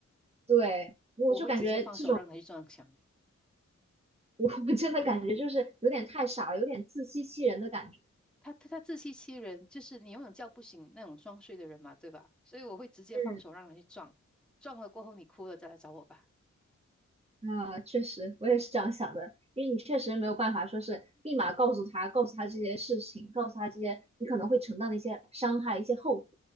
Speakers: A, on the right; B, in the centre.
A: 对，我就感觉这种。
B: 我会直接放手让她去撞墙。
A: 我我真的感觉就是有点太傻了，有点自欺欺人的感觉。
B: 她她她自欺欺人，就是你永远叫不醒那种装睡的人嘛，对吧？所以我会直接放手让她去撞，
A: 嗯，
B: 撞了过后你哭了再来找我吧。
A: 啊，确实，我也是这样想的，因为你确实没有办法说是立马告诉他，告诉他这些事情，告诉他这些你可能会承担的一些伤害、一些后果，